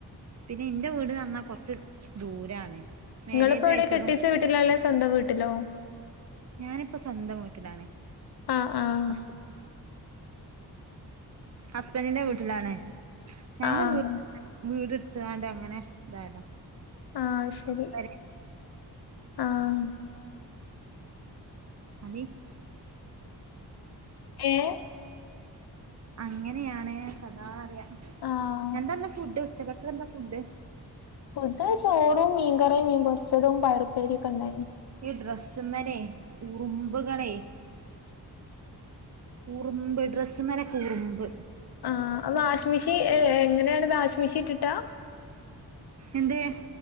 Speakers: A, on the right (about 40°); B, on the left (about 60°).
A: പിന്നെ ഇന്റെ വീട്ന്നർഞ്ഞാ കൊറച്ച് ദൂരാണ് മാരേജ്
B: ങ്ങളിപ്പോവിടെ
A: കഴിച്ചതും
B: കെട്ടിച്ച വീട്ടിലാള്ളെ സ്വന്തം വീട്ടിലോ
A: ഞാനിപ്പോ സ്വന്തം വീട്ടിലാണ്
B: ആഹ് ആഹ്
A: ഹസ് ഹസ്ബന്റിന്റെ വീട്ടിലാണ് ഞങ്ങള്
B: ആഹ്
A: വി വീട് എടുത്തണ്ട് അങ്ങനെ ഇതായതാ
B: ആഹ് ശരി
A: <unintelligible>
B: ആഹ്
A: അതെ
B: ഏഹ്
A: അങ്ങനെയാണ് കഥാ അറിയാം
B: ആഹ്
A: എന്താന്ന്‌ ഫുഡ് ഉച്ചക്കത്തെതെന്താ ഫുഡ്
B: ഫുഡ് ചോറും മീൻകറിയും മീൻ പൊരിച്ചതും പയറുപ്പേരിക്കെ ഉണ്ടായിരുന്നു
A: ഈ ഡ്രസ്സ്‌ മേനെ ഉറുമ്പ് കളേ ഉറുമ്പ് ഡ്രസ്സ്‌ മേലൊക്കെ ഉറുമ്പ്
B: ആഹ് വാഷിം മെഷീൻ എങ്ങനെയാണ് വാഷിം മെഷീനിട്ട് ട്ടാ
A: എന്തേയ്